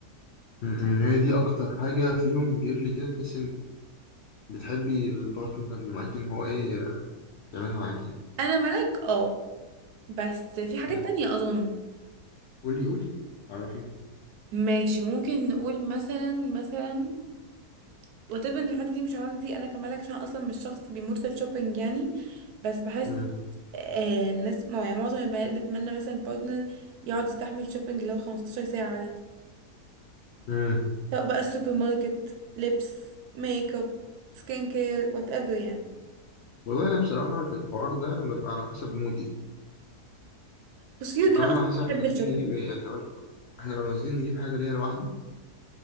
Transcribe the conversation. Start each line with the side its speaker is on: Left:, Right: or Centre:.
Left: أمم، هي دي اكتر حاجه فيهم جيرلي كده تحس انك بتحبي البارتنر اللي معاكي ان هو ايه يعملها معاكي يعني.
Right: انا ملك اه بس في حاجات
Left: أمم.
Right: تانية اظن
Left: قولي قولي عرفيني
Right: ماشي ممكن نقول مثلا مثلا واتيفر ان الحتة دي مش عندي انا كملك عشان اصلا مش شخص بيموت في الشوبينج يعني بس بحس
Left: امم
Right: آه الناس مع- يعني معظم البنات بتمنى مثلا بارتنر يقعد يستحمل شوبينج لو 15 ساعة
Left: أمم.
Right: سواء بقى السوبر ماركت لبس ميك اب سكين كير وات ايفر يعني
Left: والله انا بصراحه في الحوار ده انا ببقى على حسب مودي
Right: بس في رجاله
Left: وكمان
Right: اصلا
Left: على حسب
Right: بتحب
Left: احنا نازلين
Right: الشوبينج
Left: نجيب ايه يعني هقول احنا لو نازلين نجيب حاجه ليها لوحدي